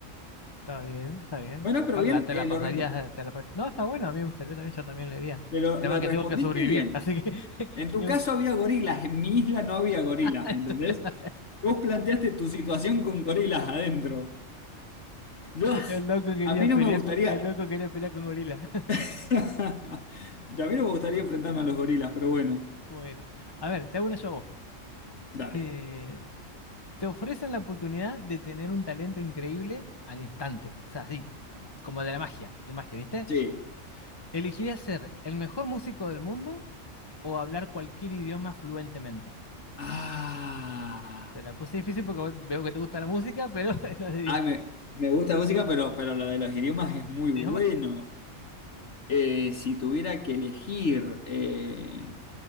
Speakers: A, on the left; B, on the left.
A: Está bien, está bien.
B: Bueno,
A: Te
B: pero
A: pa-
B: bien,
A: La, te
B: eh,
A: la pasarías,
B: lo, respo-
A: eh, te la pas- No, está bueno, a mí me gustaría también, yo también leería.
B: pero
A: Pero el tema
B: lo
A: es
B: respondiste
A: que tengo que sobrevivir,
B: bien.
A: así que <laughs>
B: En tu
A: tengo-
B: caso había gorilas, en mi isla no había gorilas,
A: <laughs> estoy
B: ¿me ¿entendés?
A: la-
B: Vos planteaste tu situación con gorilas adentro. Yo, <laughs>
A: el loco quería
B: a mí
A: pelear
B: no me gustaría,
A: con, el loco quería pelear con gorila. <laughs>
B: <laughs> a mí no me gustaría enfrentarme a los gorilas, pero bueno,
A: Bueno, a ver, te hago una yo a vos.
B: dale.
A: Eh, te ofrecen la oportunidad de tener un talento increíble al instante, o sea, así, como de la magia, de magia, ¿viste?
B: Sí.
A: ¿Elegirías ser el mejor músico del mundo o hablar cualquier idioma fluentemente?
B: Ah,
A: Te la puse difícil porque veo que te gusta la música, pero <laughs> los idi-
B: Ay, me, me gusta la música, pero, pero lo de los idiomas es muy bueno.
A: idiomas. Sí.
B: Eh, si tuviera que elegir, eh,